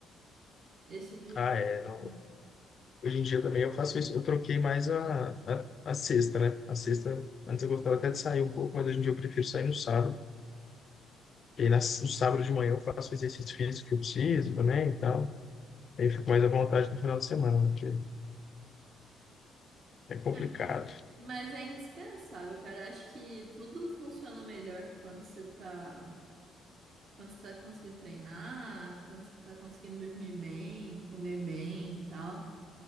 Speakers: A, on the right; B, on the left.
A: esse tipo de
B: Ah,
A: coisa.
B: é. não.
A: assim.
B: Hoje em dia também eu faço isso. Eu troquei mais a, a, a sexta, né? A sexta, antes eu gostava até de sair um pouco, mas hoje em dia eu prefiro sair no sábado. E aí nas- no sábado de manhã eu faço o exercício físico que eu preciso também e tal. Aí eu fico mais à vontade no final de semana, né? Porque é complicado.
A: É, mas, mas é indispensável, cara. Eu Acho que tudo funciona melhor quando você tá, quando você tá conseguindo treinar, quando você tá conseguindo dormir bem, comer bem e tal.